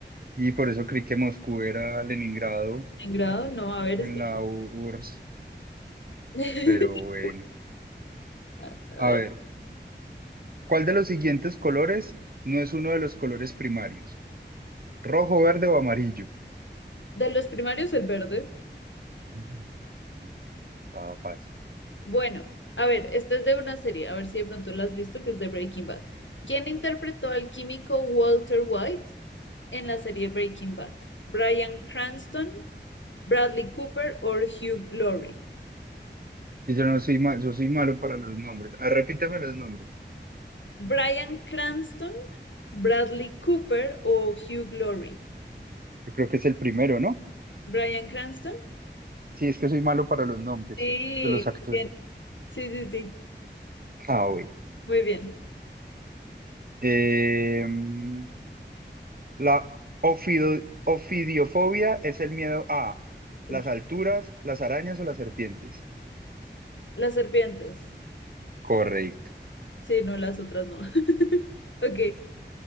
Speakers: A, on the right; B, on the left.
A: Y por eso creí que Moscú era Leningrado.
B: Leningrado, no, a ver,
A: en
B: espera.
A: la U- URSS,
B: <laughs>
A: pero bueno.
B: A ver.
A: A ver, ¿cuál de los siguientes colores no es uno de los colores primarios? ¿Rojo, verde o amarillo?
B: De los primarios, el verde.
A: Mm, sí, Estaba fácil.
B: Bueno, a ver, esta es de una serie, a ver si de pronto la has visto, que es de Breaking Bad. ¿Quién interpretó al químico Walter White en la serie Breaking Bad? ¿Bryan Cranston, Bradley Cooper o Hugh Laurie?
A: Y yo no soy ma- yo soy malo para los nombres. Ah, repíteme los nombres.
B: ¿Bryan Cranston, Bradley Cooper o Hugh Laurie?
A: Yo creo que es el primero, ¿no?
B: ¿Bryan Cranston?
A: Sí, es que soy malo para los nombres
B: Sí,
A: de los actores.
B: bien. Sí, sí, sí.
A: Ah, bueno.
B: Muy bien.
A: Em, la ofido- ofidiofobia es el miedo a
B: Uy,
A: las alturas, las arañas o las serpientes.
B: Las serpientes.
A: Correcto.
B: Sí, no, las otras no. <laughs> Ok.